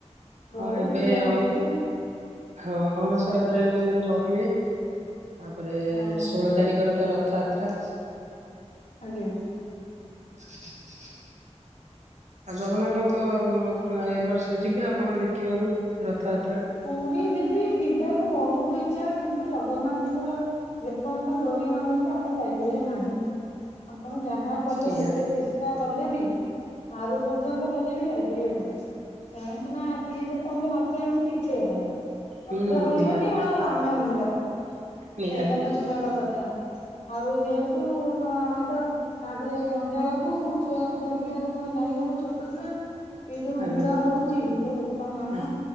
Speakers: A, on the right; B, on the left.
A: ହଁ
B: ବହୁତ
A: ଏବେ
B: ଭିଡ
A: ଅଣ
B: ହଉଛି
A: ହଁ ଅଣସର ଘରେ ଏବେ ବୋଧେ ରହିବେ। ତାପରେ
B: ହଁ
A: ଷୋଳ ତାରିଖରେ ତ ରଥଯାତ୍ରା।
B: ଆଜ୍ଞା।
A: <unintelligible> ଆଉ ଜଗନ୍ନାଥଙ୍କ ଏବର୍ଷ ଯିବେ ଆପଣ ଦେଖିବାକୁ ରଥଯାତ୍ରା।
B: ପୁରୀ ଦିଦି ଯିବାକୁ ବହୁତ ଇଛା କିନ୍ତୁ ଜଗନ୍ନାଥଙ୍କର ଯେପର୍ଯ୍ୟନ୍ତ ଡୋରି ନ ହେଇଛି ଆପଣ ଯାଇପାରିବେ ନାହିଁ। ଆପଣ ଯାହା କଲେ
A: ନିହାତି
B: ଯେତେ ଚେଷ୍ଟା କଲେ ବି ପାରୁ ପର୍ଯ୍ୟନ୍ତ ଗଲେ ବି ଯାଇପାରିବେ ନାହି କାହିଁକି ନା ସିଏ ଯେ ପର୍ଯ୍ୟନ୍ତ ନ ଚାହିଁଛି କିଛି କିଛି ହବନି
A: ହୁଁ
B: ପତ୍ର ହଲିବନି
A: ନିହାତି
B: ଆଉ ଆମେ ହଲିବା
A: ନିହାତି
B: ସେଇଟା ତ ଦୂରର କଥା ଆଉ ଯେହେତୁ ଆମେ ତ ତାପରେ ଜଂଜାଳ କୁ ଛୁଆକୁ ଧରିକି ଆଉ କଣ ଯାଇହବ ଛୋଟ ଛୁଆ। ଏ ଯୋଉ
A: ଆଜ୍ଞା
B: ଭିଡ ହଉଛି ଇଲୋ ବୋପା ମା।
A: ଆ